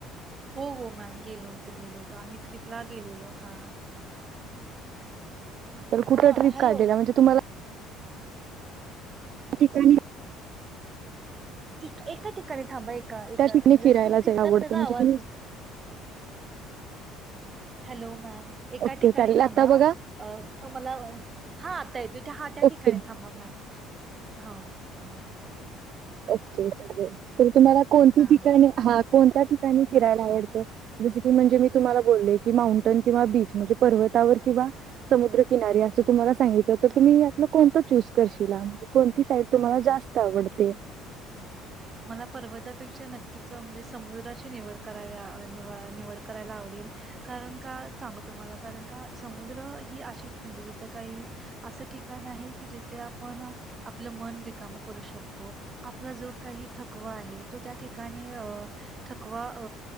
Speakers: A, on the right; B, on the right.
A: हो. हो. मॅम गेलो होतो. गेलो होत आम्ही ट्रिपला गेलेलो हा.
B: तर कुठे
A: हा
B: ट्रिप
A: हॅलो
B: काढलेला म्हणजे तुम्हाला काही ठिकाणी
A: टिक एका ठिकाणी थांबा एका एका
B: त्या ठिकाणी
A: म्हणजें
B: फिरायला
A: तुम्ही फिरता
B: जायला आवडतं
A: ना त्याचा
B: म्हणजे
A: आवाज
B: तुम्ही
A: हॅलो मॅम एका
B: ओके
A: ठिकाणी
B: चालेल
A: थांबा
B: आता बघा
A: अ मला हा आता येतोय. एका ठिकाणी
B: ओके
A: थांबा मॅम हो ओके ह
B: ओके चाले तुम्हाला कोणती
A: हां
B: ठिकाणी हा कोणत्या ठिकाणी फिरायला आवडतं. जस की म्हणजे मी तुम्हाला बोले की माउंटन किंवा बीच म्हणजे पर्वत आतावर किंवा समुद्रकिनारी अस तुम्हाला सांगित तर तुम्ही यातलं कोणत चूस करशील. तिसैद तुम्ह ते
A: मला पर्वतापेक्षा नक्कीच म्हणजे समुद्राची निवड करानिवळ निवड करायला आवडेल. कारण का सांग तुम्हाला कारण का सांगू तुला ही अशी म्हणजे जिथ काही जे ठिकाण आहे, की जिथे आपण आपलं मन रिकाम करू शकतो, आपला जो काही थकवा आहे तो त्या ठिकाणी अ थकवा अ